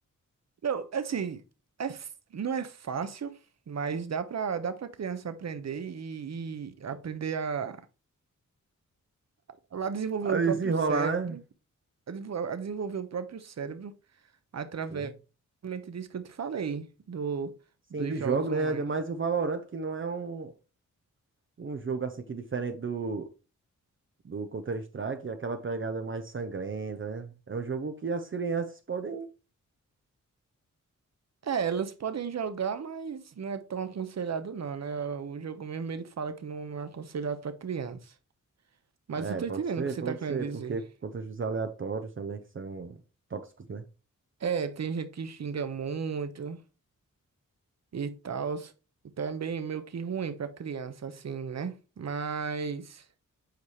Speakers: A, on the right; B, on the right.
A: Não, assim, é, f- não é fácil, mas dá pra, dá pra criança aprender e, e aprender a, a desenvolver
B: A
A: o
B: desenrolar,
A: próprio cérebro,
B: né?
A: a desenvol- a desenvolver o próprio cérebro através
B: Sim.
A: realmente disso que eu te falei, do,
B: Sim,
A: dos
B: do
A: jogos
B: jogo, né?
A: online.
B: Ainda mais o Valorant, que não é um, um jogo assim que diferente do, do Counter-Strike, é aquela pegada mais sangrenta, né? É um jogo que as crianças podem.
A: É, elas podem jogar, mas não é tão aconselhado não, né? O jogo mesmo ele fala que não, não é aconselhado pra criança. Mas
B: É,
A: eu tô
B: pode
A: entendendo
B: ser,
A: o que você
B: pode
A: tá querendo
B: ser,
A: dizer.
B: porque contra os aleatórios também, que são tóxicos, né?
A: É, tem gente que xinga muito e tal. Então é bem meio que ruim pra criança, assim, né? Mas